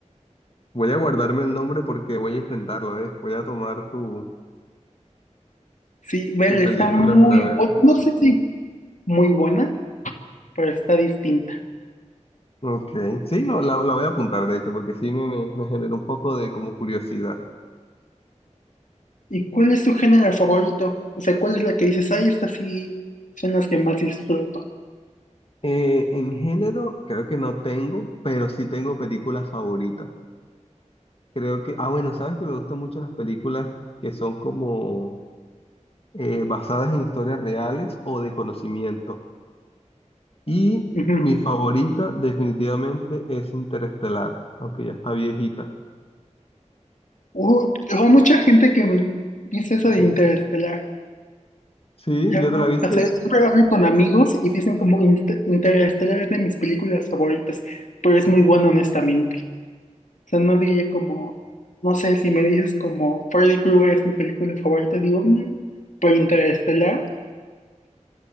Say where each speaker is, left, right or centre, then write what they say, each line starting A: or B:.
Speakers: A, on the left (about 50°); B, on the left (about 85°).
A: voy a guardarme el nombre porque voy a intentarlo, eh. Voy a tomar tu,
B: Sí, Belle
A: tu película
B: está muy
A: para verla.
B: buena, no sé si muy buena, pero está distinta.
A: Ok, sí, lo- la, la voy a apuntar, de hecho, porque sí me, me me generó un poco de como curiosidad.
B: ¿Y cuál es tu género favorito? O sea, ¿cuál es la que dices, ay, estas sí son las que más disfruto?
A: Eh, en género, creo que no tengo, pero sí tengo películas favoritas. Creo que, ah, bueno, sabes que me gustan mucho las películas que son como eh, basadas en historias reales o de conocimiento. Y
B: Ujú.
A: mi favorita definitivamente es Interestelar, aunque ya está viejita.
B: Uh, hay mucha gente que me dice eso de Interestelar.
A: Sí,
B: Ya
A: ¿ya
B: va.
A: te la viste?
B: O sea, siempre hablo con amigos y dicen como "Inter- Interestelar es de mis películas favoritas, pero es muy bueno honestamente. O sea, no diría como, no sé, si me dices como Freddy Krueger es mi película favorita, digo, "Mm", pero Interestelar